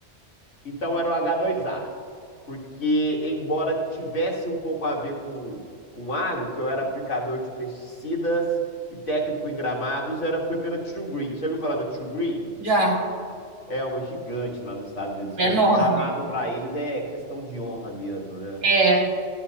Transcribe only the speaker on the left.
então era o H2A. Porque, embora tivesse um pouco a ver com, com agro, que eu era aplicador de pesticidas e técnico em gramados, era, foi pela True Green. Já ouviu falar da True Green?
É uma gigante lá nos Estados Unidos,
que
é gramado pra eles é questão de honra mesmo, né?